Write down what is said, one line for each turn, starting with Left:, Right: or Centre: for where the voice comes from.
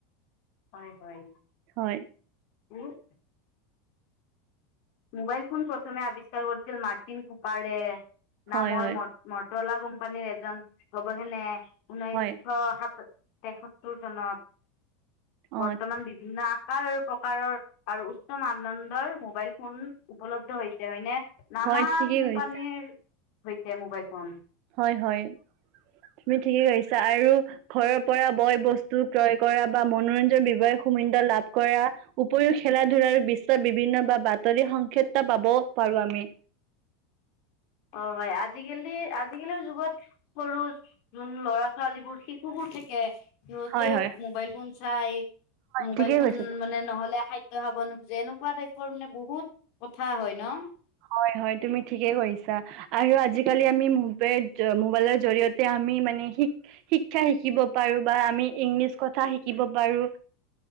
Left: হয় হয়
Right: হয়
Left: <unintelligible> মোবাইল ফোন প্ৰথমে আৱিষ্কাৰ কৰিছিল মাৰ্টিন কুপাৰে নামৰ
Right: হয় হয়
Left: ম মত তলা কোম্পানীৰ এজন গৱেষকে ঊনৈশ
Right: হয়
Left: সাত তেসত্তৰ চনত
Right: অ
Left: বৰ্তমান বিভিন্ন প্ৰকাৰৰ আৰু উচ্চ মান নন্দৰ মোবাইল ফোন উপলব্ধ হৈছিলে হয়নে? নানা
Right: হয় ঠিকেই
Left: কোম্পানীৰ
Right: কৈছা
Left: হৈছে মোবাইল ফোন
Right: হয় হয় তুমি ঠিকেই কৈছা আৰু ঘৰৰ পৰা বয় বস্তু ক্ৰয় কৰা বা মনোৰঞ্জ বিৱয়ায় সুবিধা লাভ কৰা উপৰিও খেলা ধূলাৰ বিশ্বৰ বিভিন্ন বা বাতৰি সংক্ষেত পাব পাৰো আমি।
Left: অ হয় আজিকালি আজিকালিৰ যুগত সৰু যোন ল'ৰা ছোৱালীবোৰ শিশু বোৰ থাকে। সিহঁতেও
Right: হয় হয়।
Left: মোবাইল ফোন চাই মোবাইল
Right: ঠিকে
Left: ফোন
Right: কৈছা
Left: মানে নহলে খাদ্য খাব নু যে এনেকুৱা টাইপৰ মানে বহুত কথা হয় ন
Right: হয় হয় তুমি ঠিকে কৰিছা আৰু আজিকালি আমি মোবাইলৰ জৰিয়তে আমি মানে শিক্ষা শিকিব পাৰো বা আমি ইংলিছ কথা শিকিব পাৰো,